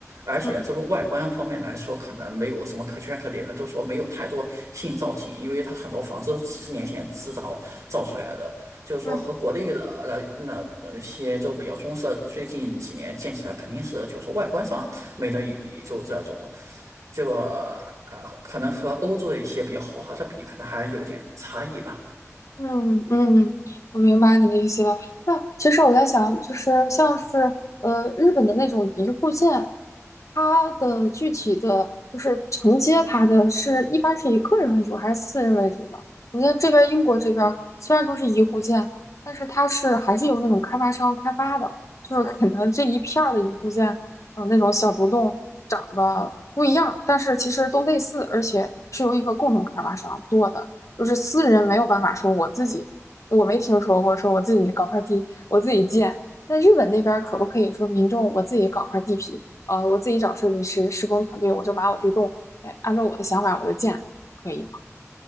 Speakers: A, on the right (about 85°); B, on the left (about 75°).
A: 而且这种外观方面来说，
B: 嗯嗯
A: 可能没有什么可圈可点的，就是说没有太多新造型，因为它很多房子都是几十年前制造造出来的，就是说和国内的
B: 嗯
A: 那那那些就比较中式，最近几年建起来肯定是就是外观上没得一比，就这种，这个呃可能和欧洲的一些比较豪华的比，可能还有点差异吧。
B: 嗯嗯，我明白你的意思了。那其实我在想，就是像是呃日本的那种一户建，它的具体的就是承接它的是一般是以个人为主还是私人为主呢？我觉得这边英国这边虽然都是一户建，但是它是还是由那种开发商开发的，就是 <laughs> 可能这一片儿的一户建，嗯、那种小独栋长得不一样，但是其实都类似，而且是由一个共同开发商做的。就是私人没有办法说我自己，我没听说过说我自己搞块地，我自己建。那日本那边可不可以说民众我自己搞块地皮，呃，我自己找设计师、施工团队，我就把我这栋，哎，按照我的想法我就建了可以吗？